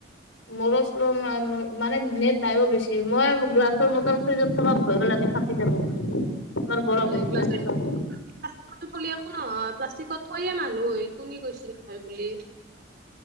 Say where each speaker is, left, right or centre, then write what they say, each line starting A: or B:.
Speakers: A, on the left; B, on the right.
A: মোৰো শ্ল মা মা মানে নেট নাই অ বেছি মই গ্লাছৰ বটল ফ্ৰিজত চবাত ভয় লাগ ফাটি যাব বুলি তোমাৰ বৰফ
B: এ
A: হৈ থাকে
B: গ্লাছৰ
A: যি
B: প্লাষ্টিকত
A: চব।
B: থলি একো নহয় প্লাষ্টিকত থয়ে মানুহ কোনে কৈছে নথয় বুলি।